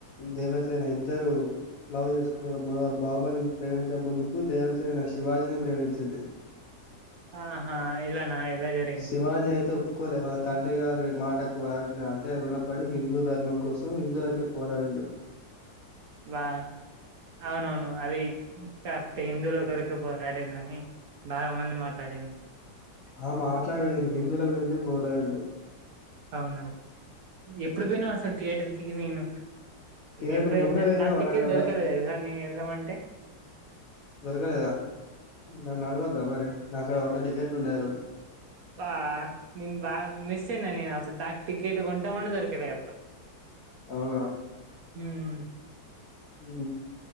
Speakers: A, on the left; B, on the right.
A: దేవసైన ఇద్దరు లవ్ చేసుకు ముందలు బాుబల్ని ప్రేమించే ముందుకు దేవసేన శివాజీని ప్రేమించింది
B: ఆహా ఇలా నా ఎలా జరి
A: శివాజీ అయితే ఓ ఒప్పుకోలే వాళ్ళ తండ్రి గారి మాటకు వా్యాగ్ఞ అంటే రుణపడి హిందూ ధర్మం కోసం హిందువులకే పోరాడిండు
B: వా అవునవును అది త హిందులో కొరిక పోరాడిండు అని బాగ మంది మాట్లాడిండు
A: ఆ మాట్లాడంది హిందువుల గురిం చె పోరాడిండు.
B: అవున ఎప్పుడు పోయినావ్ అసలు థియేటర్ కి నేను
A: థియేటర్
B: ఎప్పుడు వె
A: మొన్న పోయినా
B: నాకు
A: వరంగల్లా
B: టిక్కెట్లు దొరకలేదు నేను వెళ్దామంటే
A: దొరకలేద నన్ను అడగొద్దా మరి నాకాడ వంద టికెట్లు ఉంద ఆ రోజు
B: బ నెన్ బాగ మిస్ అయినా నేను అప్పుడు నాకు టికెట్ గొంటమ దొరికర అప్పు
A: అవునా
B: ఉమ్
A: హు